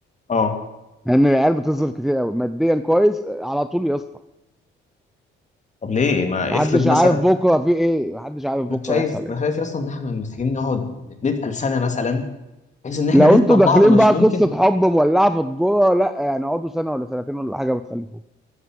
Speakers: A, on the left (about 35°); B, in the centre.
A: اه
B: لان العيال بتصرف كتير قوي ماديا كويس آه، على طول يا اسطى
A: طب ليه ما
B: محدش
A: افرض مثلا
B: عارف بكره في ايه محدش عارف بكره
A: انا شايف
B: هيحصل ايه
A: شايف اصلا ان احنا محتاجين نقعد نتقل سنه مثلا بحيث ان احنا
B: لو
A: نفهم
B: انتوا داخلين
A: بعض مش
B: بقى
A: ممكن
B: قصة حب مولعة في الدورة لا يعني اقعدوا سنة ولا سنتين ولا حاجة بتخلفوه